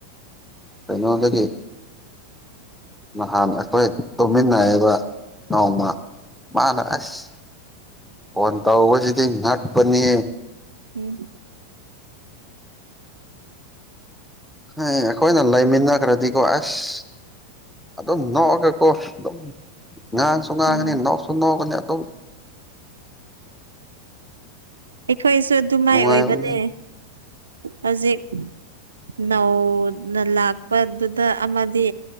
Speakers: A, in the centre; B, on the right.
A: ꯀꯩꯅꯣꯗꯒꯤ ꯅꯍꯥꯟ ꯑꯩꯈꯣꯏ ꯇꯨꯝꯃꯤꯟꯅꯩꯑꯕ ꯅꯣꯡꯃ ꯃꯥꯅ ꯑꯁ ꯐꯣꯟ ꯇꯁꯤꯗꯤ ꯉꯠꯄꯅꯤꯌꯦ
B: ꯎꯝ
A: ꯍꯩ ꯑꯩꯈꯣꯏꯅ ꯂꯩꯥꯃꯤꯅꯈ꯭ꯔꯗꯤ ꯀꯣ ꯑꯁ ꯑꯗꯨꯝ ꯅꯣꯛꯑꯒꯀꯣ ꯑꯗꯨꯝ ꯉꯥꯡꯁꯨ ꯉꯥꯡꯉꯅꯤ
B: ꯎꯝ
A: ꯅꯣꯛꯁꯨ ꯅꯣꯛꯒꯅꯤ ꯑꯗꯨꯝ
B: ꯑꯩꯈꯣꯏꯁꯨ ꯑꯗꯨ ꯃꯥꯏ
A: ꯅꯨꯡꯉꯥꯏꯕꯅꯦ
B: ꯑꯣꯏꯕꯅꯦ ꯍꯧꯖꯤꯛ ꯅꯧꯅ ꯂꯥꯛꯄꯗꯨꯗ ꯑꯃꯗꯤ